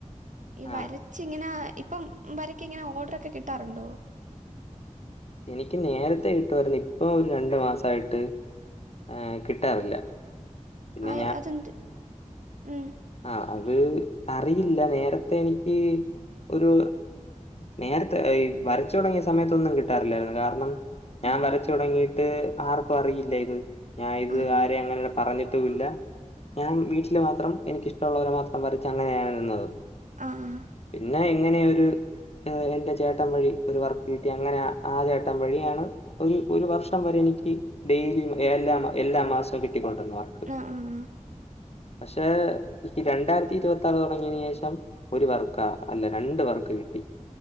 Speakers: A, on the right; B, on the left.
A: ഈ വര
B: ആഹ്
A: ച്ച് ഇങ്ങനെ ഇപ്പം വരക്ക് ഇങ്ങനെ ഓർഡർ ഒക്കെ കിട്ടാറുണ്ടോ?
B: എനിക്ക് നേരത്തെ കിട്ടുവായിരുന്നു. ഇപ്പം ഒരു രണ്ടു മാസായിട്ട് ഏഹ് കിട്ടാറില്ല. പിന്നെ
A: ആയി അത് എന്ത്? ഉം
B: ആഹ് അത് അറിയില്ല നേരത്തെ എനിക്ക് ഒരു നേരത്തെ ഈ വരച്ചു തുടങ്ങിയ സമയത്തൊന്നും കിട്ടാറില്ലായിരുന്നു കാരണം ഞാൻ
A: ഉം,
B: വരച്ച്
A: ഉം.
B: തുടങ്ങിയിട്ട് ആർക്കും അറിയില്ല ഇത്. ഞാൻ ഇത്
A: ആഹ്, ആഹ്.
B: ആരെയും അങ്ങനെയുള്ള പറഞ്ഞിട്ടും ഇല്ല ഞാൻ വീട്ടില് മാത്രം എനിക്കിഷ്ടമുള്ളവരെ മാത്രം വരച്ച് അങ്ങനെയാണ് നിന്നത്.
A: ആഹ് ആഹ്
B: പിന്നെ ഇങ്ങനെ ഒരു എന്റെ ചേട്ടൻ വഴി ഒരു വർക്ക് കിട്ടി. അങ്ങനെ ആ ചേട്ടൻ വഴിയാണ് ഒരു ഒരു വർഷം വരെ എനിക്ക് ഡെയിലി എല്ലാ എല്ലാ മാസവും കിട്ടിക്കൊണ്ടുവന്നു വർ
A: ആഹ് ആഹ് ആഹ്
B: പക്ഷെ ഈ രണ്ടായിരത്തി ഇരുപത്തിയാറ് തുടങ്ങിയന് ശേഷം ഒരു വർക്കാ അല്ല രണ്ട് വർക്ക് കിട്ടി.